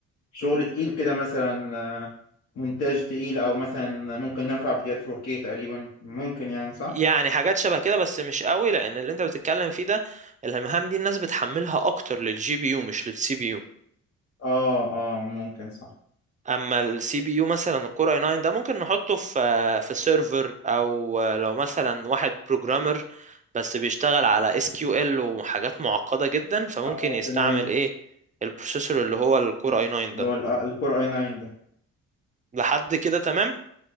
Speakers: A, on the left; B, on the right.
A: شغل تقيل كده مثلا آه، مونتاج تقيل أو مثلا ممكن نرفع فيديوهات 4K تقريبا ممكن يعني صح؟
B: يعني حاجات شبه كده بس مش قوي لأن اللي أنت بتتكلم فيه ده المهام دي الناس بتحملها أكتر للجي بي يو مش للسي بي يو
A: اه اه ممكن صح
B: اما السي بي يو مثلا الكور اي 9 ده ممكن نحطه في في سيرفر او لو مثلا واحد بروجرامر بس بيشتغل على اس كيو ال وحاجات معقده جدا فممكن
A: اه
B: يستعمل
A: تمام
B: ايه البروسيسور اللي هو الكور
A: اللي
B: اي 9 ده
A: هو الكور اي 9 ده
B: لحد كده تمام